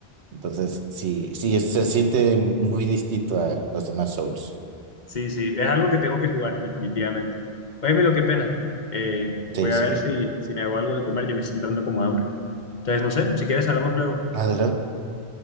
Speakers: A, on the right; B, on the left.
A: Entonces, sí, sí, es- se siente muy distinto a los demás Souls.
B: Sí, sí, es algo que tengo que jugar, definitivamente. Oye, Milo, qué pena. Eh,
A: Sí,
B: voy a
A: sí.
B: ver si, si me hago algo de comer, ya me está entrando como hambre. Entonces, no sé, si quieres hablamos luego.
A: Adelante.